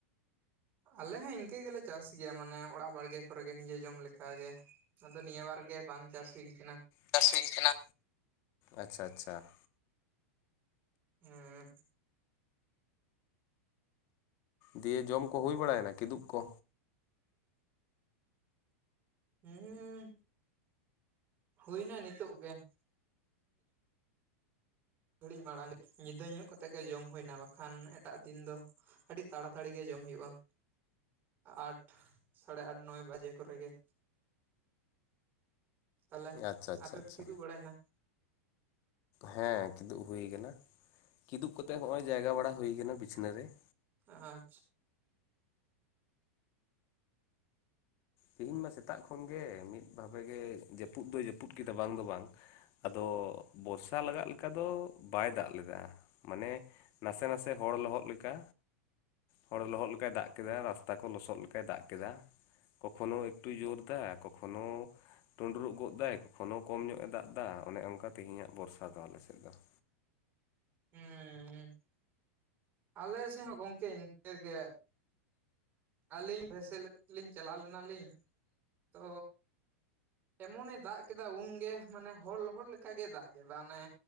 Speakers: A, on the right; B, on the left.
A: ᱟᱞᱮ ᱦᱚᱸ ᱤᱱᱠᱟᱹ ᱜᱮᱞᱮ ᱪᱟᱥ ᱜᱮᱭᱟ ᱢᱟᱱᱮ ᱚᱲᱟᱜ ᱵᱟᱲᱜᱮ ᱠᱚᱨᱮᱜᱮ ᱱᱤᱡᱮ ᱡᱚᱢ ᱞᱮᱠᱟᱜᱮ ᱾ ᱟᱫᱚ ᱱᱤᱭᱟᱹ ᱵᱟᱨ ᱜᱮ ᱵᱟᱝ ᱪᱟᱥ ᱦᱩᱭ ᱠᱟᱱᱟ ᱾
B: ᱪᱟᱥ ᱦᱩᱭ ᱠᱟᱱᱟ, ᱟᱪᱪᱷᱟ ᱟᱪᱪᱷᱟ ᱾
A: ᱦᱩᱸ
B: ᱫᱤᱭᱮ ᱡᱚᱢ ᱠᱚ ᱦᱩᱭ ᱵᱟᱲᱟᱭᱮᱱᱟ ᱠᱤᱫᱩᱵ ᱠᱚ?
A: ᱦᱩᱸᱻᱩᱸ ᱦᱩᱭᱱᱟ ᱱᱤᱛᱳᱜ ᱜᱮ ᱾ ᱜᱷᱟᱹᱲᱤᱡ ᱢᱟᱲᱟᱝ ᱧᱤᱫᱟᱹ ᱧᱚᱜ ᱠᱟᱛᱮᱫ ᱜᱮ ᱡᱚᱢ ᱦᱩᱭᱱᱟ ᱵᱟᱠᱷᱟᱱ ᱮᱴᱟᱜ ᱫᱤᱱ ᱫᱚᱼᱼ ᱟᱹᱰᱤ ᱛᱟᱲᱟᱛᱟᱲᱤ ᱜᱮ ᱡᱚᱢ ᱦᱩᱭᱩᱜ-ᱟ ᱾ ᱟᱴ ᱥᱟᱲᱮ ᱟᱴ ᱱᱚᱭ ᱵᱟᱡᱮ ᱠᱚᱨᱮᱜ ᱜᱮ ᱾ ᱛᱟᱦᱚᱞᱮ
B: ᱟᱪᱪᱷᱟ ᱟᱪᱪᱷᱟ
A: ᱟᱯᱮ
B: ᱟᱪᱪᱷᱟ
A: ᱯᱮ ᱠᱤᱫᱩᱵ ᱵᱟᱲᱟᱭᱮᱱᱟ
B: ᱦᱮᱸ ᱠᱤᱫᱩᱵ ᱦᱩᱭ ᱠᱟᱱᱟ ᱠᱤᱫᱩᱵ ᱠᱟᱛᱮ ᱦᱚᱜ-ᱚᱭ ᱡᱟᱭᱜᱟ ᱵᱟᱲᱟ ᱦᱩᱭ ᱟᱠᱟᱱᱟ ᱵᱤᱪᱷᱱᱟᱹ ᱨᱮ ᱾
A: ᱟᱸᱪᱷ
B: ᱛᱮᱦᱤᱧ ᱢᱟ ᱥᱮᱛᱟᱜ ᱠᱷᱚᱱᱜᱮ ᱢᱤᱫ ᱵᱷᱟᱵᱮ ᱜᱮ ᱡᱟᱹᱯᱩᱫ ᱫᱚᱭ ᱡᱟᱹᱯᱩᱫ ᱠᱮᱫᱟ ᱵᱟᱝ ᱫᱚ ᱵᱟᱝ ᱾ ᱟᱫᱚ ᱵᱚᱨᱥᱟ ᱞᱟᱜᱟᱜ ᱞᱮᱠᱟ ᱫᱚ ᱵᱟᱭ ᱫᱟᱜ ᱞᱮᱫᱟ ᱢᱟᱱᱮᱼᱼ ᱱᱟᱥᱮ ᱱᱟᱥᱮ ᱦᱚᱲ ᱞᱚᱦᱚᱫ ᱞᱮᱠᱟ ᱦᱚᱲ ᱞᱚᱦᱚᱫ ᱞᱮᱠᱟᱭ ᱫᱟᱜ ᱠᱮᱫᱟ ᱨᱟᱥᱛᱟ ᱠᱚ ᱞᱚᱥᱚᱫ ᱠᱟᱭ ᱫᱟᱜ ᱠᱮᱫᱟ ᱾ ᱠᱚᱠᱷᱳᱱᱳ ᱮᱠᱴᱩ ᱡᱳᱨ ᱫᱟᱭ ᱠᱚᱠᱷᱳᱱᱳᱼᱼ ᱴᱩᱰᱨᱩᱜ ᱜᱚᱫ ᱫᱟᱭ ᱮᱠᱷᱚᱱᱳ ᱠᱚᱢ ᱧᱚᱜ ᱮ ᱫᱟᱜ ᱮᱫᱟ ᱚᱱᱮ ᱚᱱᱠᱟ ᱛᱮᱦᱮᱧᱟᱜ ᱵᱚᱨᱥᱟ ᱫᱚ ᱟᱞᱮ ᱥᱮᱫ ᱫᱚ ᱾
A: ᱦᱩᱸᱻ ᱾ ᱟᱞᱮ ᱥᱮᱫ ᱦᱚᱸ ᱜᱚᱢᱠᱮ ᱤᱱᱠᱟᱹ ᱜᱮ ᱾ ᱟᱹᱞᱤᱧ <unintelligible> ᱞᱤᱧ ᱪᱟᱞᱟᱣ ᱞᱮᱱᱟ ᱞᱤᱧ ᱛᱚ ᱮᱢᱚᱱᱮ ᱫᱟᱜ ᱠᱮᱫᱟ ᱩᱱᱜᱮ ᱢᱟᱱᱮ ᱦᱚᱲ ᱞᱚᱦᱚᱫ ᱞᱮᱠᱟ ᱜᱮ ᱫᱟᱜ ᱠᱮᱫᱟ ᱚᱱᱮ